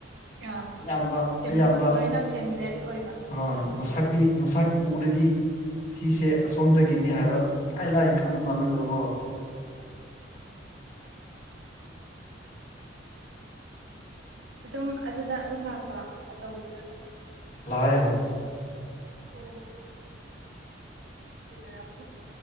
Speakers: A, on the right (about 80°); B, on the left (about 35°).
A: ꯑꯥ
B: ꯑꯌꯥꯝꯕ
A: ꯐꯦꯃꯤ
B: ꯑꯌꯥꯝꯕ
A: ꯂꯣꯏꯅ ꯐꯦꯃꯤꯂꯔꯗꯤ ꯑꯣꯏꯕ
B: ꯍꯣꯏ
A: ꯁꯛ
B: ꯃꯁꯛꯗꯤ
A: ꯎꯔꯒ
B: ꯃꯁꯛ ꯎꯔꯗꯤ ꯁꯤꯁꯦ ꯑꯁꯣꯝꯗꯒꯤꯅꯤ ꯍꯥꯏꯕ ꯂꯥꯏ ꯂꯥꯏꯅ ꯈꯪꯕ ꯉꯝꯃꯤꯕꯀꯣ
A: <inaudible> ꯑꯗꯨꯝ ꯑꯗꯨꯗ ꯑꯗꯨꯝ ꯂꯥꯛꯄ꯭ꯔꯣ ꯑꯆꯧꯕꯗꯨꯗ
B: ꯂꯥꯏ ꯍꯣꯏ
A: ꯑꯣ ꯎꯅꯔꯝꯅꯤ